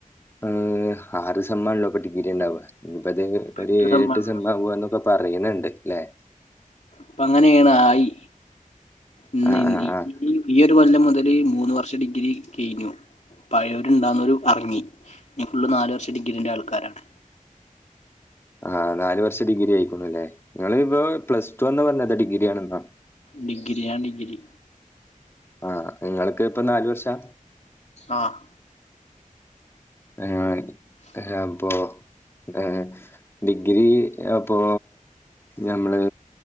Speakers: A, on the left; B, on the left.
A: ഉം ആറ് സമ്മാണല്ലോ ഇപ്പോ ഡിഗ്രി ഇണ്ടാവ. ഇഞ്ഞിപ്പത്
B: പെട്ട
A: ഒരു ഏഴെട്ട്
B: സംഭവാണ്
A: സമ്മാവുമ്പോ ഇങ്ങക്കൊക്കെ. പറയണണ്ട് ല്ലേ.
B: അപ്പ അങ്ങനേണ് ആയി ഇന്നങ്കി
A: ആഹ് ആഹ് ആഹ്
B: ഈ ഈ ഒരു കൊല്ലം മുതല് മൂന്ന് വർഷം ഡിഗ്രി കഴിഞ്ഞു പഴയവരു ഉണ്ടാവുന്നൊരു എറങ്ങി. ഇനി ഫുള്ള് നാല് വർഷ ഡിഗ്രീൻ്റെ ആൾക്കാരാണ്.
A: ആ നാല് വർഷ ഡിഗ്രി ആയിക്കുണുല്ലേ. നിങ്ങളിപ്പോ പ്ലസ് ടു ന്നാ പറഞ്ഞത്, ഡിഗ്രി ആണെന്നോ.
B: ഡിഗ്രി യ ഡിഗ്രി.
A: ആഹ് നിങ്ങൾക്ക് ഇപ്പൊ നാല് വർഷാ
B: ആഹ്
A: <unintelligible> അപ്പൊ ഏ ഡിഗ്രി അപ്പൊ ഞമ്മള്